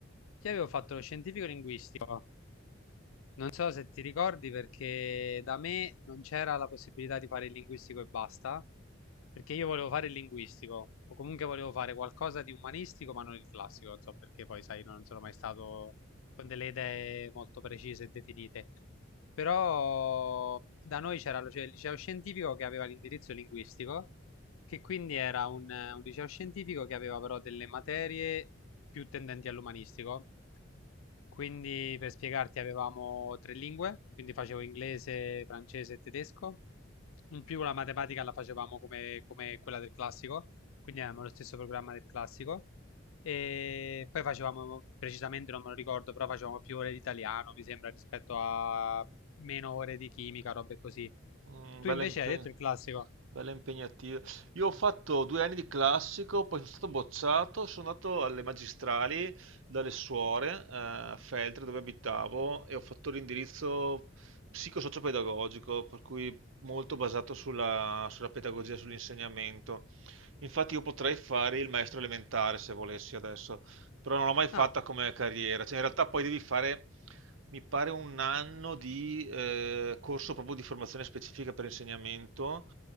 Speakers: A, on the left; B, on the right.
A: Io avevo fatto lo scientifico linguistico. Non so se ti ricordi perché da me non c'era la possibilità di fare il linguistico e basta, perché io volevo fare il linguistico o comunque volevo fare qualcosa di umanistico ma non il classico, non so perché poi sai, non sono mai stato con delle idee molto precise e definite. Però da noi c'era lo- cioè, il liceo scientifico che aveva l'indirizzo linguistico, che quindi era un un liceo scientifico che aveva però delle materie più tendenti all'umanistico. Quindi per spiegarti avevamo tre lingue, quindi facevo inglese, francese e tedesco. In più la matematica la facevamo come, come quella del classico, quindi avevamo lo stesso programma del classico. E poi facevamo, precisamente non me lo ricordo, però facevamo più ore di italiano, mi sembra, rispetto a meno ore di chimica, robe così.
B: Mm,
A: Tu
B: bella,
A: invece
B: impe-
A: hai detto il classico.
B: bella impegnativa. Io ho fatto due anni di classico, poi sono stato bocciato, sono andato alle magistrali dalle suore eh, a Feltre dove abitavo e ho fatto l'indirizzo psicosociopedagogico, per cui molto basato sulla, sulla pedagogia, sull'insegnamento. Infatti io potrei fare il maestro elementare se volessi adesso, però non l'ho mai fatta
A: Ah,
B: come carriera. Cioè, in realtà poi devi fare mi pare un anno di eh, corso proprio di formazione specifica per insegnamento